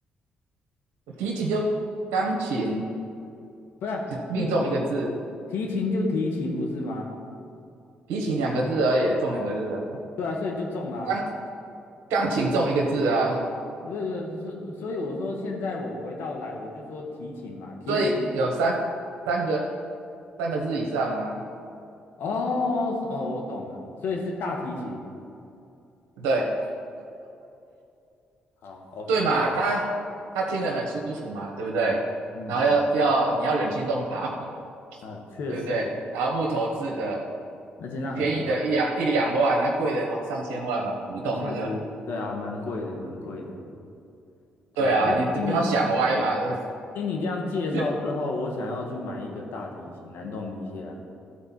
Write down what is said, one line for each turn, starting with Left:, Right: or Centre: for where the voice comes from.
Right: 提琴就钢琴
Left: 不是啊提
Right: 就命中一个字，
Left: 提琴就提琴不是吗？
Right: 提琴两个字而已，中两个字啊。
Left: 对啊，所以就中啦、啊。
Right: 钢钢琴中一个字啊，
Left: 不是，是所以我说现在我回到来，我就说提琴嘛，提琴。
Right: 所以有三三个三个字以上啊，
Left: 哦是哦，我懂了，所以是大提琴。
Right: 对
Left: 好，OK，
Right: 对嘛，他他听了很舒服嘛，对不对？
Left: 嗯，
Right: 然后要要你要忍心动他嘛，
Left: 啊，
Right: <laughs>
Left: 确实，
Right: 对不对？
Left: 而且
Right: 然后木头制的，
Left: 那现在很贵，
Right: 便宜的一两一两万，那贵的好上千万嘛，古董那个，
Left: 那确实，对啊，蛮贵的，蛮贵的。对啊，
Right: 对啊，
Left: 听听你
Right: 你不要想歪嘛，<laughs> 对不对？
Left: 听你这样介绍之后，
Right: <laughs>
Left: 我想要去买一个大提琴来弄一下